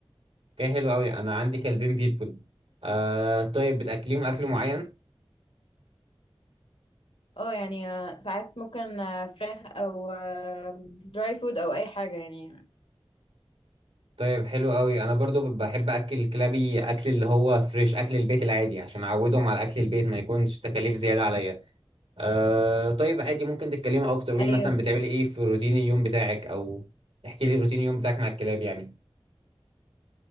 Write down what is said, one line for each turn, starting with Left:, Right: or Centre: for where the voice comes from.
Right: كده حلو أوي أنا عندي كلبين بيتبول. آه طيب بتأكليهم أكل معين؟
Left: اه يعني آه، ساعات ممكن آه، فراخ او دراي فود او اي حاجه يعني
Right: طيب حلو أوي أنا برضو بحب أكل كلابي أكل اللي هو فريش أكل البيت العادي عشان أعودهم على أكل البيت ما يكونش تكاليف زيادة عليا. آه طيب عادي ممكن تتكلمي أكتر وإيه
Left: ايوه
Right: مثلا بتعملي ايه في روتين اليوم بتاعك أو احكي لي روتين اليوم بتاعك مع الكلاب يعني.